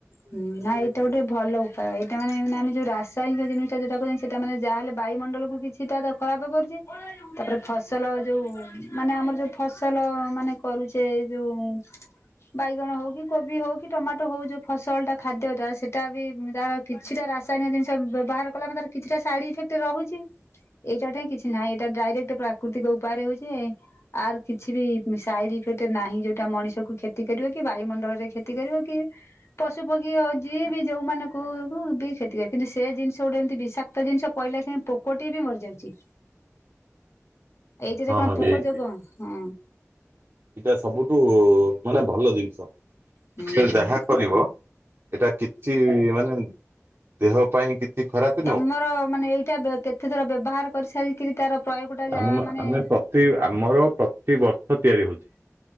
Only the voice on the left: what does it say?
ହୁଁ, ନା ଏଇଟା ଗୋଟେ ଭଲ ଉପାୟ, ଏଇଟା ମାନେ ଆମେ ଯୋଉ ରାସାୟନିକ ଜିନିଷ ଟା ଯୋଉଟା ପାଇଁ ସେଟା ମାନେ ଯାହାହେଲେ ବାୟୁମଣ୍ଡଳକୁୁ କିଛିଟା ତ ଖରାପ କରୁଛି, ତାପରେ ଫସଲ ଯୋଉ ମାନେ ଆମର ଯୋଉ ଫସଲ ମାନେ କରୁଛେ ଯୋଉ ବାଇଗଣ ହଉ କି କୋବି ହଉ କି ଟମାଟୋ ହଉ ଯୋ ଫସଲ ଟା ଖାଦ୍ୟଟା ସେଟା ବି ଉଁ, ତାର କିଛିଟା ରାସାୟନିକ ଜିନିଷ ବ୍ୟବହାର କଲାମାନେ ତାର କିଛିଟା ସାଇଡ୍ ଇଫେକ୍ଟ ତ ରହୁଛି, ଏଇଟା ଠେଇଁ କିଛି ନାହିଁ, ଏଇଟା ଡାଇରେକ୍ଟ ପ୍ରାକୃତିକ ଉପାୟରେ ହଉଛି। ଏ ଆର୍ କିଛି ବି ସାଇଡ ଇଫେକ୍ଟ ନାହିଁ ଯୋଉଟା ମଣିଷ କୁ କ୍ଷତି କରିବ କି ବାୟୁମଣ୍ଡଳରେ କ୍ଷତି କରିବ କି ପଶୁ ପକ୍ଷୀ ଯିଏ ବି ଯୋଉମାନଙ୍କୁ ମୁଁ ବି ସେଇଥିରେ କିନ୍ତୁ ସେ ଜିନିଷ ଗୋଟେ ଏମିତି ବିଷାକ୍ତ ଜିନିଷ ପହିଲା ଯାଏଁ ପୋ କଟିଏ ବି ମରିଯାଉଛି।
ଏଇଥିରେ
କଣ
ପୋକ
ଯୋଗ ହଁ
ହୁଁ
ତମର
ମାନେ ଏଇଟା କେତେ ଥର ବ୍ୟବହାର କରି ସାରିକିରି ତାର ପ୍ରୟୋଗ ଟା
ଯାହା ମାନେ